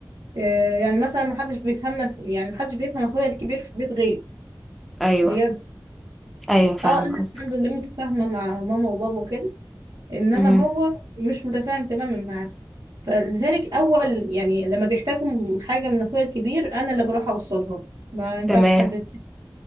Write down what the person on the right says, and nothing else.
آه، يعني مثلا ما حدش بيفهمنا في- يعني ما حدش بيفهم اخويا الكبير في البيت غيري
بجد
اه انا
الحمد لله متفاهمه مع ماما وبابا وكده انما
هو مش متفاهم تماما معاه فلذلك اول يعني لما بيحتاجوا حاجه من اخويا الكبير انا اللي بروح اوصلها له. ما ينفعش
حد